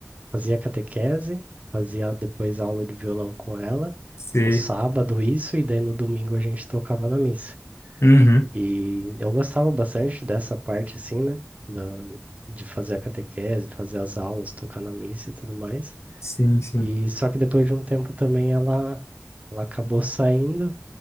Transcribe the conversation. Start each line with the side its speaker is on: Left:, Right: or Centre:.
Right: fazia catequese, fazia depois aula de violão com ela,
Left: sei.
Right: no sábado isso, e daí no domingo a gente tocava na missa.
Left: Uhum,
Right: E eu gostava bastante dessa parte, assim, né? Da, de fazer a catequese, fazer as aulas, tocar na missa e tudo mais.
Left: sim, sim.
Right: E só que depois de um tempo também ela, ela acabou saindo,